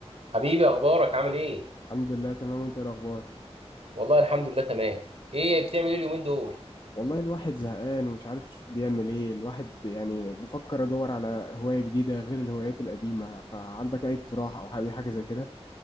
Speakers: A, on the right; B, on the left.
A: حبيبي اخبارك عامل ايه
B: الحمد لله تمام وانت ايه الاخبار
A: والله الحمد لله تمام ايه بتعمل ايه اليومين دول
B: والله الواحد زهقان ومش عارف بيعمل ايه الواحد يعني بفكر ادور على هواية جديدة غير الهوايات القديمة فعندك اي اقتراح او اي حاجة زي كده